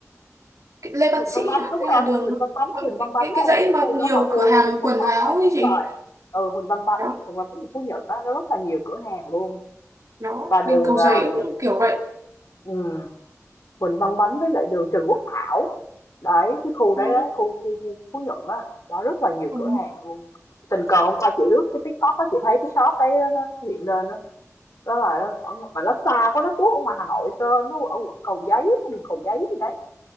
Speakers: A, on the right; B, on the left.
A: cái Lê
B: Huỳnh
A: Văn Sĩ
B: Văn Bánh
A: à
B: đúng
A: hay là
B: rồi,
A: đường
B: Huỳnh Văn Bánh,
A: còn
B: Huỳnh Văn Bánh
A: cái cái
B: á
A: dãy
B: em, cái
A: mà
B: khu
A: nhiều
B: đó là khu
A: cửa hàng
B: mua
A: quần
B: sắm
A: áo
B: á,
A: ấy
B: đúng
A: chị
B: rồi. Ừ, Huỳnh Văn Bánh,
A: đó
B: Huỳnh Văn Bánh ở Phú Nhuận đó, nó rất là nhiều cửa hàng luôn.
A: đó
B: Và đường
A: bên Cầu
B: ờ,
A: Giấy cũng kiểu vậy
B: ừ, Huỳnh Văn Bánh với lại đường Trần Quốc Thảo. Đấy, cái khu đấy
A: Ừ,
B: đấy, khu khu, khu Phú Nhuận á, đó rất là nhiều
A: ừ.
B: cửa hàng luôn. Tình cờ hôm qua chị lướt cái TikTok á, chị thấy cái shop đấy nó nó hiện lên á Đó là nó ở mà nó xa quá, nó tuốt ở ngoài Hà Nội cơ, nó ở quận Cầu Giấy, á, đường Cầu Giấy gì đấy.